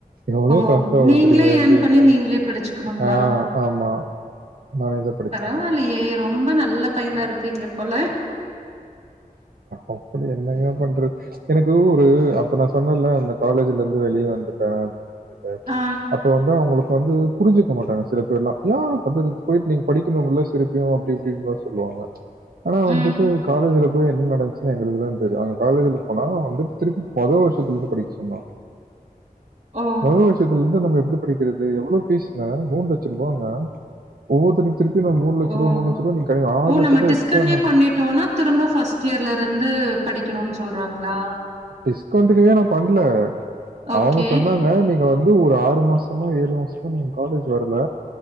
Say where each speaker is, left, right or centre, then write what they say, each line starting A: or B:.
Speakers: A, on the right (about 80°); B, on the right (about 45°).
A: எவ்ளோ
B: ஓ
A: காசாகு
B: நீங்களே
A: தெரியுமா எம்
B: ஏர்ன்
A: பி ஏ
B: பண்ணி
A: க்கு ஆனா
B: நீங்களே படிச்சுக்கணுங்களா
A: ஆ ஆமா மேனேஜர்
B: பரவால்லயே ரொம்ப நல்ல பையனா இருப்பீங்க போல
A: அப்பிடி என்னங்க பண்றது எனக்கு ஒரு அப்ப நா சொன்னல்ல இந்த காலேஜ்லர்ந்து வெளிய வந்துட்டே <inaudible> சொல்ட்டு
B: ஆ
A: அப்போ வந்து அவுங்களுக்க வந்து புரிஞ்சுக்க மாட்டாங்க சில பேர்லா ஏ அடுத்ததுக் போய்ட் நீங் படிக்கணுமில்ல திருப் யு அப்டி இப்டின்லா சொல்லுவாங்க ஆனா வந்துட்டு
B: ம்
A: காலேஜுல போய் என்ன நடந்ச்சுன்னு எங்களுக்கு தா தெரியு அங்க காலேஜுல போனா வந்து திருப்பி மொத வர்ஷத்துலர்ந்து படிக் சொன்னா
B: ஓ
A: மொத வர்ஷத்துலர்ந் து நம்ம எப்டி படிக்கிறது எவ்வளோ ஃபீஸ்ங்க மூணு லட்ச ருபாங்க ஒவ்வொரு தடவ் திருப்பி நா மூணு லட்ச
B: ஓ
A: ருபா மூணு லட்ச ருபா நீங்க கேட்டீங்க ஆறு
B: ஓ
A: லட்ச
B: நம்ம
A: ருபா
B: டிஸ்கன்டினியூ
A: எக்ஸ்ட்ரா நானு
B: பண்ணிட்டோம்னா திரும்ப ஃபஸ்ட் இயர்லருந்து படிக்கணுன் சொல்றாங்ளா
A: டிஸ்கன்ட்டினியூவே நா பண்ல
B: ஓகே
A: அவுங்க சொன்னாங்க நீங்க வந் து ஒரு ஆறு மாசமோ ஏழு மாசமோ நீங்க காலேஜ் வரல